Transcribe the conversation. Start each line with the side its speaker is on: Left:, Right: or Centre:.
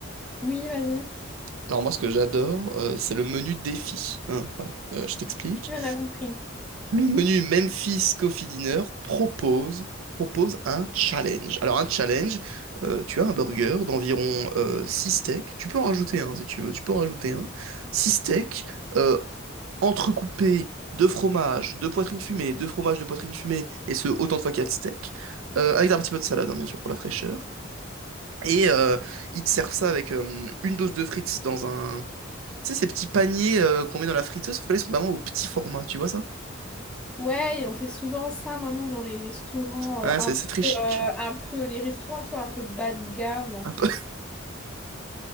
Centre: Oui, vas-y.
Right: Alors moi ce que j'adore, euh, c'est le menu défi. hein, voilà. Euh, je t'explique.
Centre: Oui, on a compris.
Right: Le menu Memphis Coffee Dinner propose, propose un challenge. Alors, un challenge, euh, tu as un burger d'environ euh, 6 steaks. Tu peux en rajouter un si tu veux, tu peux en rajouter un. six steaks euh, entrecoupés de fromage, de poitrine fumée, de fromage de poitrine fumée, et ce autant de fois qu'il y a de steaks, euh, avec un petit peu de salade, hein, bien sûr, pour la fraîcheur. Et euh, ils te servent ça avec euh, une dose de frites dans un. Tu sais, ces petits paniers euh, qu'on met dans la friteuse, sauf que là, ils sont vraiment au petit format, tu vois ça?
Centre: Ouais, et on fait souvent ça maintenant dans les restaurants,
Right: Ouais,
Centre: euh, un
Right: c'est c'est
Centre: peu,
Right: très chic.
Centre: euh, un peu, les restaurants, tu vois, un peu bas de gamme.
Right: Un peu,